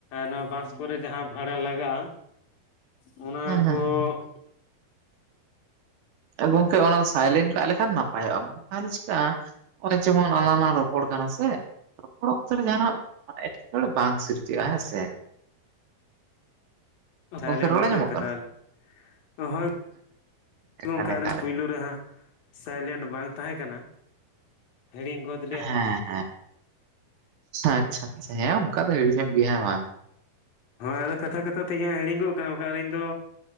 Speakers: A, on the left; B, on the right.
A: ᱱᱚᱣᱟ ᱵᱟᱥ ᱠᱚᱨᱮ ᱡᱟᱦᱟᱸ ᱵᱷᱟᱲᱟ ᱞᱟᱜᱟᱜᱼᱟᱼᱼᱼ ᱚᱱᱟ
B: ᱦᱩᱸ
A: ᱠᱚᱼᱼ
B: ᱦᱩᱸ ᱜᱚᱝᱠᱮ ᱚᱱᱟ ᱥᱟᱭᱞᱮᱱᱴ ᱠᱟᱜ ᱞᱮᱠᱷᱟᱱ ᱱᱟᱯᱟᱭᱚᱜᱼᱟ ᱛᱟᱦᱞᱮ ᱪᱤᱠᱟᱹᱜᱼᱟ ᱼᱼ ᱱᱚᱜᱼᱚᱭ ᱡᱮᱢᱚᱱ ᱟᱞᱟᱝᱞᱟ ᱨᱚᱯᱚᱲ ᱠᱟᱱᱟ ᱥᱮ? ᱨᱚᱲ ᱚᱠᱛᱚ ᱨᱮ ᱡᱟᱦᱱᱟᱜ ᱮᱴᱠᱮᱴᱚᱬᱮ ᱵᱟᱝ ᱥᱤᱨᱡᱟᱹᱜᱼᱟ ᱦᱮᱸ ᱥᱮ?
A: ᱥᱟᱭᱞᱮᱱᱰ
B: ᱜᱚᱝᱠᱮ ᱨᱚᱲ
A: ᱩᱛᱟᱹᱨ
B: ᱟᱸᱡᱚᱢᱚᱜ
A: ᱠᱟᱫᱟ
B: ᱠᱟᱱᱟ
A: ᱞᱤᱧ ᱦᱳᱭᱼᱼ
B: ᱮᱠᱟᱞ
A: ᱜᱚᱢᱠᱮ ᱟᱞᱮ
B: ᱮᱠᱟᱞ
A: ᱫᱚ ᱯᱳᱭᱞᱳ
B: ᱮᱠᱟᱞ
A: ᱨᱮᱦᱟᱜᱼᱼᱼ ᱥᱟᱭᱞᱮᱱᱴ ᱵᱟᱝ ᱛᱟᱦᱮᱸ ᱠᱟᱱᱟ ᱦᱤᱲᱤᱧ ᱜᱚᱫᱼᱼ
B: ᱦᱮᱸ ᱦᱮᱸ ᱟᱪᱷᱟ ᱟᱪᱷᱟ ᱦᱮᱸ ᱚᱱᱠᱟ ᱫᱚ ᱦᱤᱲᱤᱧ ᱧᱚᱜ ᱜᱮᱭᱟ ᱦᱮᱸ ᱵᱟᱝ?
A: ᱦᱳᱭ ᱟᱫᱚ ᱠᱟᱛᱷᱟ ᱠᱟᱛᱷᱟ ᱛᱮ ᱤᱧᱟᱹᱜ ᱦᱤᱲᱤᱧᱚᱜ ᱠᱟᱱᱟ ᱵᱟᱠᱷᱟᱱ ᱟᱹᱞᱤᱧ ᱫᱚᱼᱼ